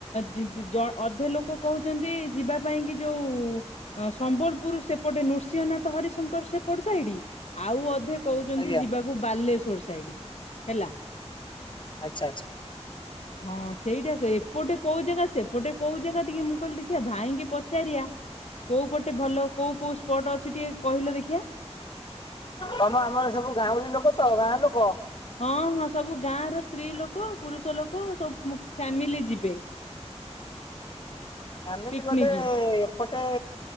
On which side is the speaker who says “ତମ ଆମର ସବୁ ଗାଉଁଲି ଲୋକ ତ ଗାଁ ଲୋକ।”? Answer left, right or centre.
Left